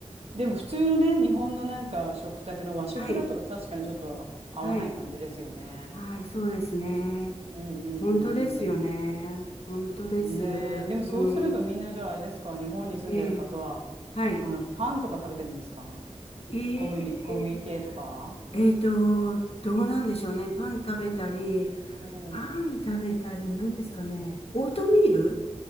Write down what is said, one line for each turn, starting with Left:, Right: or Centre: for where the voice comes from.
Right: でも普通のね、日本のなんか食卓の和食だと確かにちょっと合わない感じですよね。
Left: はい、はい、はい、そうですね。
Right: うんうんうん
Left: 本当ですよね。本当です。
Right: うん。ねえ、でもそうするとみんなじゃああれですか、
Left: うん。
Right: 日本に住んでる方は、
Left: ええ、はい。
Right: あの、パンとか食べてるんですか
Left: ええ
Right: 小麦、小麦系とか
Left: えっと、どうなんでしょうね。パン食べたり、
Right: うん。
Left: パン食べたり、何ですかね。オートミール